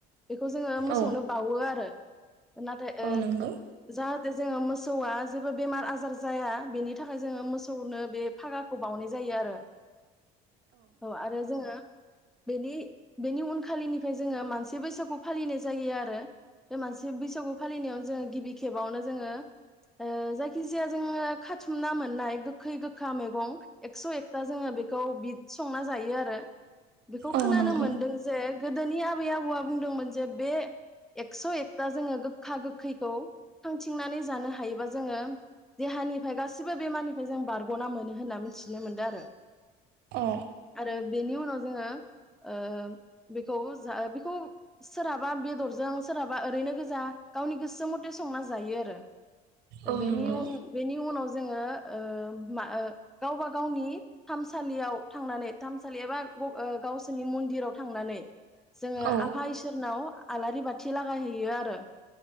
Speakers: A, in the centre; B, on the right.
A: बेखौ जोङो मोसौनो
B: औ
A: बावो आरो नाथाय ओ
B: औ नंगौ
A: जाहाथे जोङो मोसौआ जेबो बेमार आजार जाया बेनि थाखाय जोङो मोसौनो बे फागाखौ बावनाय जायो आरो औ आरो जोङो बेनि बेनि उन खालिनिफ्राय जोङो मानसि बैसागु फालिनाय जायो आरो बे मानसि बैसागु फालिनायाव जोङो गिबि खेबावनो जोङो ओ जायखिजाया जोङो खाथुमना मोननाय गोखै गोखा मैगं एकस' एकथा जोङो बेखौ बिद- संना जायो आरो बेखौ
B: औ
A: खोनानो
B: नंगौ
A: मोनदों जे गोदोनि आबै आबौआ बुंदोंमोन जे बे एकस एकता जोंङो गो -खा गोखैखौ खांथिंनानै जानो हायोबा जोङो देहानिफ्राय गासै -सिबो बेमारनिफाय जों बारगना मोनो होनना मिथिनो मोनदों आरो
B: औ
A: आरो बेनि उनाव जोङो ओ बेखौ जा बेखौ सोरहाबा बेदरजों सोरहाबा ओरैनो गोजा गावनि गोसो मथे संना जायो आरो दा
B: औ
A: बेनि
B: नंगौ
A: उन बेनि उनाव जो जोङो ओ मा ओ गावबा गावनि थानसालियाव थांनानै। थानसालि एबा गावसोरनि मन्दिराव थांनानै। जोङो
B: औ
A: आफा इसोरनाव। आलारि बाथि लागायहैयो आरो।